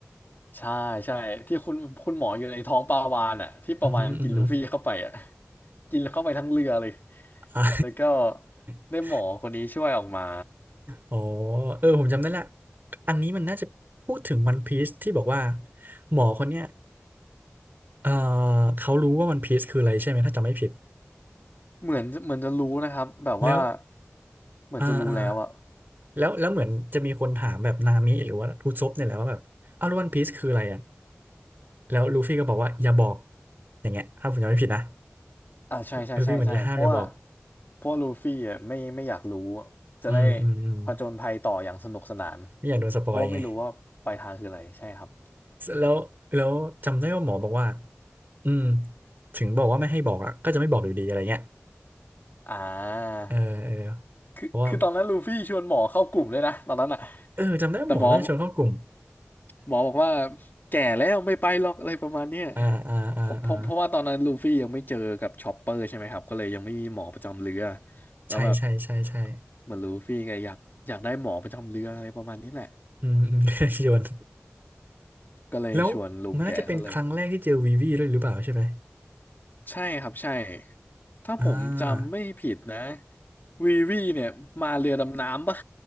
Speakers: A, on the left; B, on the right.
A: ใช่ใช่ที่คุณคุณหมออยู่ในท้องปลาวาฬอ่ะที่ปลาวาฬกินลูฟี่เข้าไปอ่ะ
B: อืมอหืมออือหือ
A: กินเข้าไปทั้งเรือเลย
B: อ่า
A: แล้วก็
B: <laughs>
A: ได้หมอคนนี้ช่วยออกมา
B: อ๋อเออผมจำได้ละอันนี้มันน่าจะพูดถึงวันพีซที่บอกว่าหมอคนเนี้ยเออเขารู้ว่าวันพีซคืออะไรใช่ไหมถ้าจำไม่ผิด
A: เหมือนเหมือนจะรู้นะครับแบบว่า
B: แล้ว
A: เหมือนจะรู้แล้วอ่ะ
B: อ่าอ่าแล้วแล้วเหมือนจะมีคนถามแบบนามิหรือว่าทูซบเนี่ยแหละว่าแบบอ้าวแล้ววันพีซคืออะไรอ่ะแล้วลูฟี่ก็บอกว่าอย่าบอกอย่างเงี้ยถ้าผมจำไม่ผิดนะ
A: อ่าใช่ใช่ใช่ใช่เพราะว่า
B: ลูฟี่เหมือนจะห้ามอย่าบอก
A: เพราะลูฟี่อ่ะไม่ไม่อยากรู้อะจะได้
B: อืมอืมอืม
A: ผจญภัยต่ออย่างสนุกสนาน
B: ไม่อยากโดนสปอยไง
A: เพราะไม่รู้ว่าปลายทางคืออะไรใช่ครับ
B: แล้วแล้วจำได้ว่าหมอบอกว่าอืมถึงบอกว่าไม่ให้บอกอ่ะก็จะไม่บอกอยู่ดีอะไรเงี้ย
A: อ่า
B: เออเออ
A: คือคือตอนนั้นลูฟี่ชวนหมอเข้ากลุ่มเลยนะตอนนั้นอ่ะ
B: เพราะว่าเออจำได้ว่าหมอน่าจะชวนเข้ากลุ่ม
A: แต่หมอหมอบอกว่าแก่แล้วไม่ไปหรอกอะไรประมาณเนี้ย
B: อ่าอ่าอ่าอ่า
A: เพราะเพราะเพราะว่าตอนนั้นลูฟี่ยังไม่เจอกับชอปเปอร์ใช่ไหมครับก็เลยยังไม่มีหมอประจำเรือแล้วแบบ
B: ใช่ใช่ใช่ใช่
A: เหมือนลูฟี่แกอยากอยากได้หมอประจำเรืออะไรประมาณนี้แหละ
B: อืม <laughs> อืม <laughs> โยน
A: ก็เลยชวนลุงแกซะเลย
B: แล้วมันน่าจะเป็นครั้งแรกที่เจอวีวีด้วยหรือเปล่าใช่ไหม
A: ใช่ครับใช่ถ้าผมจำไม่ผิดนะ
B: อ่า
A: วีวีเนี่ยมาเรือดำน้ำปะ